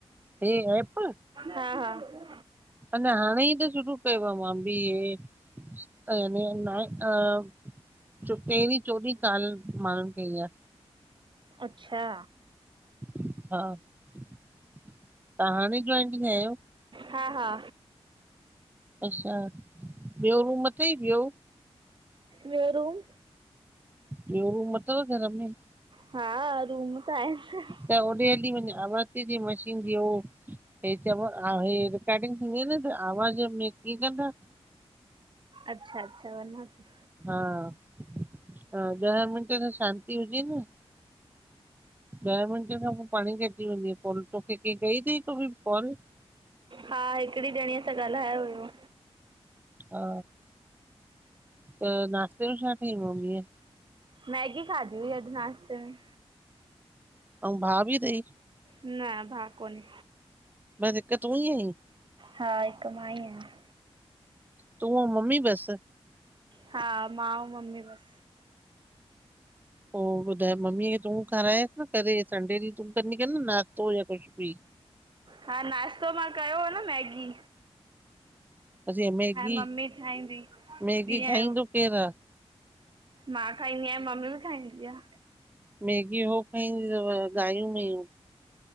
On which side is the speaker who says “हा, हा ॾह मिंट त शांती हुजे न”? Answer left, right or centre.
Right